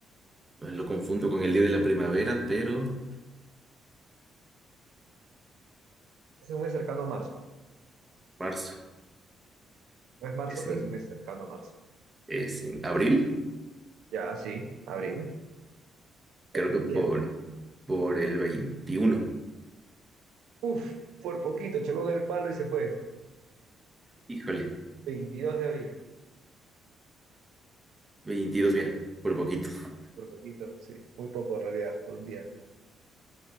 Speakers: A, on the right; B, on the right.
A: Bueno, Lo confundo con el Día de la Primavera, pero
B: Es un mes cercano a marzo.
A: marzo.
B: No es marzo,
A: Es
B: pero
A: en,
B: es un mes cercano a marzo.
A: es en abril,
B: Ya, sí, abril, falta
A: creo que
B: el día.
A: por, por el veintiuno.
B: Uf, por poquito, chocó con el palo y se fue.
A: Híjole,
B: 22 de abril,
A: 22, mira, por poquito.
B: por poquito, sí, muy poco en realidad, por un día.